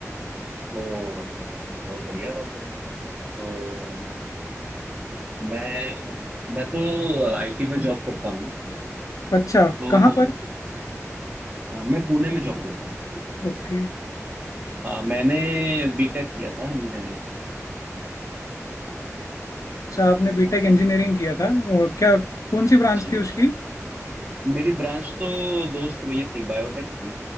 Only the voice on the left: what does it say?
अच्छा
कहाँ पर
ओके
अच्छा आपने बीटेक इंजीनियरिंग किया था अ, क्या कौन सी ब्रांच
थी उसकी